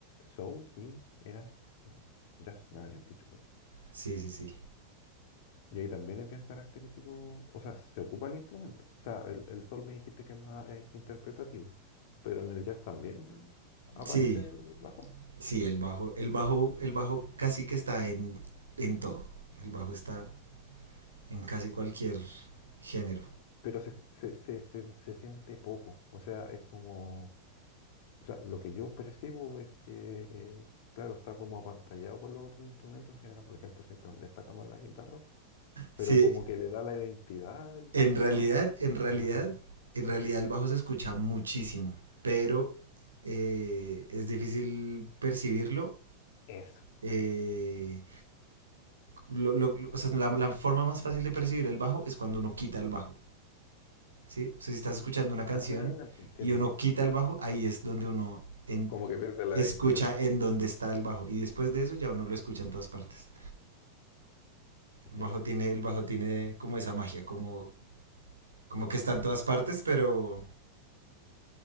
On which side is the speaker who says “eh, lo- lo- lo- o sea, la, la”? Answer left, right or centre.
Right